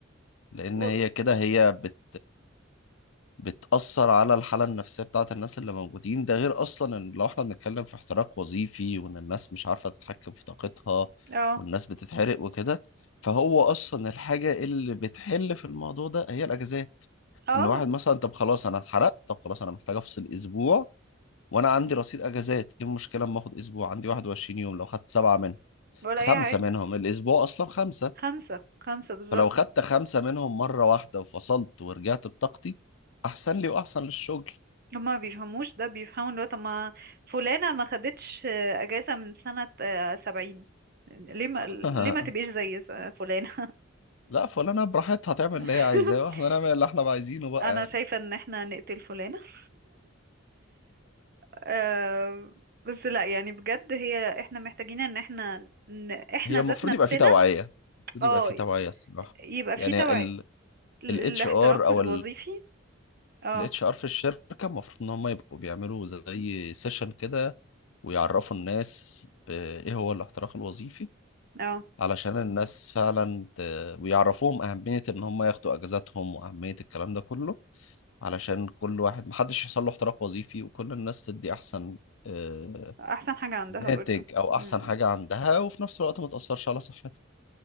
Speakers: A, on the left; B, on the right.
A: لان
B: و...
A: هي كده هي بت بتأثر على الحالة النفسية بتاعت الناس اللي موجودين ده غير أصلا إن لو إحنا بنتكلم في احتراق وظيفي وإن الناس مش عارفة تتحكم في طاقتها
B: اه
A: والناس بتتحرق وكده فهو أصلا الحاجة اللي بتحل في الموضوع ده هي الأجازات
B: اه
A: إن واحد مثلا طب خلاص أنا اتحرقت طب خلاص أنا محتاج أفصل أسبوع وأنا عندي رصيد أجازات إيه المشكلة أما آخد أسبوع عندي 21 يوم لو خدت سبعة منهم
B: ولا
A: خمسة
B: اي حاجه
A: منهم الأسبوع أصلا خمسة
B: خمسه خمسه بالظبط
A: فلو خدت خمسة منهم مرة واحدة وفصلت ورجعت بطاقتي أحسن لي وأحسن للشغل
B: هما ما بيفهموش ده بيفهموا اللي هو طب ما فلانة ما خدتش آه، أجازة من سنة آه، سبعين ليه ما
A: <laughs>
B: ليه ما تبقيش زي س- فلانة
A: لا فلانة براحتها تعمل
B: <laughs>
A: اللي هي عايزاه واحنا نعمل اللي احنا بقى عايزينه بقى
B: أنا
A: يعني
B: شايفة إن احنا نقتل فلانة <laughs> آه، بس لا يعني بجد هي احنا محتاجين ان احنا إن احنا
A: <laughs> هي المفروض
B: ذات نفسنا
A: يبقى في توعية المفروض
B: اه
A: يبقى في توعية الصراحة
B: يبقى
A: يعني
B: في توعية
A: ال
B: ال-
A: الاتش
B: الاحتراق
A: ار او
B: الوظيفي اه
A: الاتش ار في الشركة المفروض ان هم يبقوا بيعملوا زي سيشن كده ويعرفوا الناس ب- ايه هو الاحتراق الوظيفي
B: اه
A: علشان الناس فعلا ت... ويعرفوهم أهمية إن هم ياخدوا أجازاتهم وأهمية الكلام ده كله علشان كل واحد محدش يحصل له احتراق وظيفي وكل الناس تدي أحسن آه،
B: احسن حاجة عندها
A: ناتج
B: برضو
A: أو أحسن
B: مم.
A: حاجة عندها وفي نفس الوقت ما تأثرش على صحتها